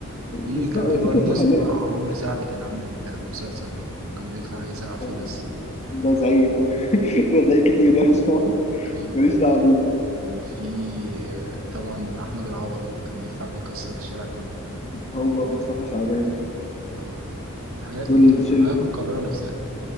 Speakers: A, on the right; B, on the left.
A: في
B: بالظبط
A: كان في برضه
B: تيك توك ما
A: اسمه
B: خلاش
A: عمرو سعد كان عامل مسلسل برضه كان بيطلع يزعق فيه
B: آه،
A: بس
B: ده زعيق ده <laughs> ده زعيق كتير ده مش عارف.
A: ايوه
B: ماليش دعوه بيه ده
A: وفي آه، طبعا احمد العوضي كان يطلع بيكسر الشارع كله
B: هو مصطفى شعبان
A: اه حاجات
B: دول
A: مت-
B: شل
A: حاجات مكررة نفسها